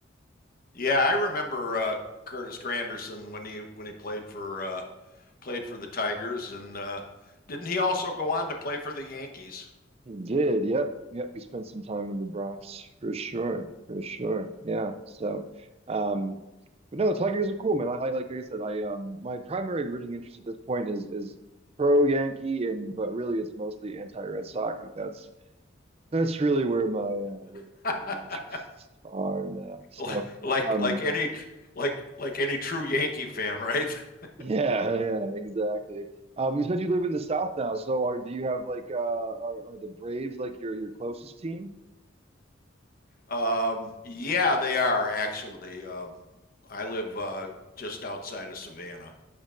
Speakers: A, on the left; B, on the right.
A: Yeah, I remember uh, Curtis Granderson when he when he played for uh, played for the Tigers, and uh, didn't he also go on to play for the Yankees?
B: He did, yep, yep. He spent some time in the Bronx for sure, for sure. Yeah. So, um, but no, the Tigers are cool, man. I, I like I said, I um my primary rooting interest at this point is is pro Yankee, and but really it's mostly anti-Red Sox. Like that's that's really where my uh, where my
A: <laughs>
B: rooting interests are now. So.
A: like like
B: Um,
A: like any like like any true Yankee fan, right? <laughs>
B: <laughs> Yeah, yeah, exactly. Um, you said you live in the South now, so are do you have like uh are, are the Braves like your your closest team?
A: Um, yeah, they are actually. Um, I live uh, just outside of Savannah.